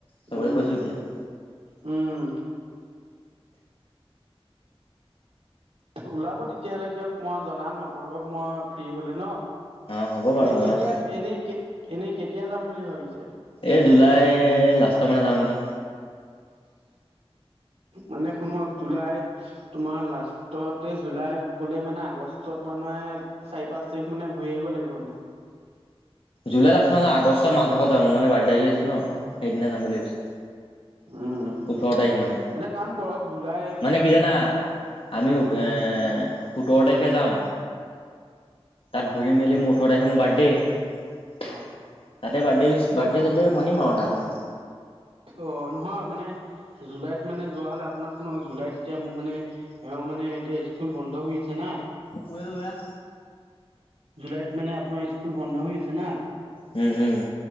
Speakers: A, on the left; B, on the right.
A: চবকে
B: উম
A: কৈছোঁ এতিয়া।
B: উম। ওলাব তেতিয়াহ'লে দিয়ক, মই জনাম আপোনালোকক মই ফ্ৰী হ'লে ন?
A: অ হ'ব বাৰু
B: এনেই
A: জনাব
B: কেতিয়া-এনে কে-এনেই কেতিয়া যাম বুলি ভাবিছে?
A: এই জুলাই লাষ্টৰ মানে যাওঁ নেকি।
B: মানে শুনক, জুলাই তোমাৰ লাষ্টত এই জুলাই গ'লে মানে আগষ্টত মানে চাৰি-পাঁচ তাৰিখ মানে ঘূৰি আহিব লাগিব মানে।
A: জুলাই লাষ্টত নহয়, আগষ্টৰ মাজভাগত যাম, মোৰ মানে বাৰ্থডে আহি আছে ন, সেইদিনা যাম বুলি ভাবিছো।
B: উম,
A: ওঠৰ তাৰিখ মানে
B: এটা কাম কৰক, জুলাই
A: মানে কি জানা? আমি ওঠ-এ সোতৰ তাৰিখে যাম, তাত ঘূৰি মেলি মোৰ ওঠৰ তাৰিখে মোৰ বাৰ্থডে', তাতে
B: অ
A: বাৰ্থডে ৱিচ-বাৰ্থডে'-চাৰ্থডে মানিম আৰু তাতে মোৰ।
B: অ', নহয় মানে, জুলাইত মানে যোৱা হ'লে, আপোনাৰ শুনক, জুলাইত এতিয়া মোৰ মানে এওঁ মানে এতিয়া স্কুল বন্ধ হৈ আছে না।
A: মোলে এটা লৈ আন।
B: জুলাইত মানে আপোনাৰ স্কুল বন্ধ হৈ আছে না?
A: উম উম।